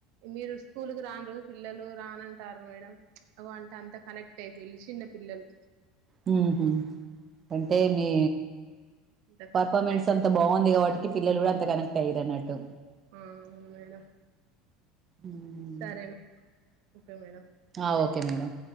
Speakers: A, on the right (about 70°); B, on the right (about 30°).
A: మీరు స్కూల్ కు రాని రోజు పిల్లలు రానంటంరు మేడం, చ్ ఓ అంట అంత కనెక్ట్ అయిల్ చిన్న పిల్లలు
B: హూహ్ అంటే మీ
A: అంత కనెక్ట్
B: పర్ఫార్మెన్స్
A: అయి
B: అంత బాగుంది కాబ ట్టి పిల్లలు కూడా అంత కనక్ట్ అయ్యిరు అన్నట్టు
A: ఆ మేడం
B: ఉమ్
A: సరే మేడం ఓకే మేడం గుడ్
B: ఆ
A: నైట్
B: ఓకే మేడం